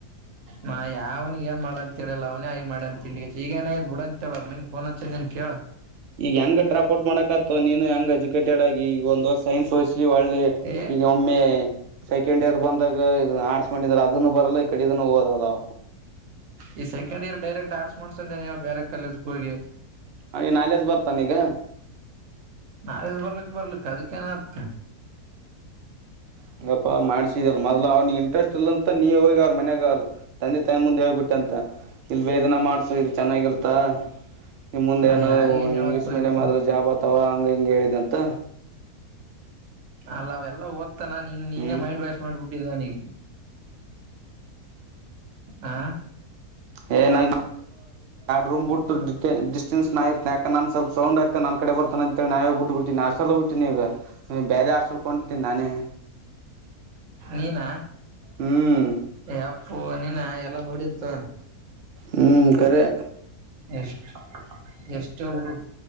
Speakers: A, on the right (about 65°); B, on the right (about 80°).
A: ನಾ ಯಾವ್ನಿಗೆ ಏನ್ ಮಾಡ ಅಂತ ಹೇಳಿಲ್ಲ ಅವನೇ ಆಗಿ ಮಾಡಿ ಅಂತ ತಿಂಡಿ ಈಗ ಏನಯ್ ಬಿಡ ಅಂತೇಳಾರ ಮನ್ ಫೋನ್ ಹತ್ತಂದನ್ ಕೇಳ
B: ಈಗ ಹೆಂಗ ಡ್ರಾಪ್ ಔಟ್ ಮಾಡಕ ಆತ ನೀನು ಹೆಂಗ ಅಜಿ ಕೆಟ್ಟಡ ಆಗಿ ಒಂದಸ್ ಸೈನ್ಸ್ ವಸ್ ಒಳ್ಳೆ
A: ಏ
B: ಈಗ ಒಮ್ಮೆ ಸೆಕೆಂಡ್ ಇಯರ್ ಬಂದಾಗ ಆಡ್ಸ್ ಮಾಡಿದ್ರ ಅದನ್ನು ಬರಲ್ಲ ಈ ಕಡಿದನ ಹೋಗದಲ್ಲವ
A: ಈ ಸೆಕಂಡ್ ಇಯರ್ ಡೈರೆಕ್ಟ್ ಆರ್ಟ್ಸ್ ಮಾಡ್ಸೇ ನೀ ಬೇರೆ ಕಾಲೇಜ ಹೋಗೆ
B: ಹ ನಾಲೆಜ ಬರ್ತಾನ ಈಗ
A: ನಾಳದು ಬರ್ಲಿಕ್ ಬರ್ಲಿಕ್ಕ ಅದಕ್ಕ ಏನ್ <inaudible>
B: ಹಂಗಪ್ಪಾ ಮಾಡ್ಸಿದಲ್ ಮೊದ್ಲ ಅವ್ನಿಗೆ ಇಂಟ್ರೆಸ್ಟ್ ಇಲ್ಲಂತ ನೀ ಹೋಗಿ ಅವ್ರ ಮನ್ಯಾಗ ಅವರು ತಂದೆ ತಾಯಿ ಮುಂದೆ ಹೇಳ್ಬಿಟ್ಟಂತ ಇಲ್ ಬೇದನ ಮಾಡ್ಸ ಚೆನ್ನಾಗಿರ್ತ್ತಾ ಇಮ್ಮ ಮುಂದೆ
A: ನಾ
B: ನಾದ
A: ಯಾರಿಗೇನ್ ಹೇಳಕ್
B: ಇಂಗ್ಲಷ
A: ಹೋಗಿಲ್ಲಪ್ಪಾ
B: ಮೀಡಿಯಂ ಆದ್ರ ಜಾಬ್ ತವಾ ಹಂಗ ಹಿಂಗ ಹೇಳಿದಂತ
A: ಅಲ್ಲಾವೆಲ್ಲಾ ಓದ್ ಮತ್ತ ನಾನ್ ನೀನ
B: ಹ್ಮ್
A: ಮೈ್ಾಶ್ ಮಾಡಬಿಟ್ಟಿದ್ದೆ ನನಿಗೆ ಹ
B: ಏ ನಾ ರೂಮ್ ಬಿಟ್ಟು ಡಿಸ್ಟೆನ್ಸ್ ನಾ ಇರ್ತೇ ಯಾಕ ನನ್ ಸ್ವಲ್ಪ ಸೌ್ಯ್ತೆ ನನ್ ಕಡೆ ಬರ್ತಾನ ಅಂತೇಳಿ ನಾವೇ ಬಿಟ್ಟು ಬಿಟ್ಟಿನಿಾಟಲ್ ಬಿಟ್ಟೀನಿ ಈಗ ಬೇರೆ ಹಾಸ್ಟಲ್ತೀನಿ ನಾನೇ
A: ನೀನಾ
B: ಹ್ಮ್
A: ಅಪ್ಪು ನೀನಾ ಎಲ್ಲಾ ನೋಡಿಂತು
B: ಹ್ಮ ಕರೆ
A: ಎಷ್ಟ ಎಷ್ಟ ಹುಡು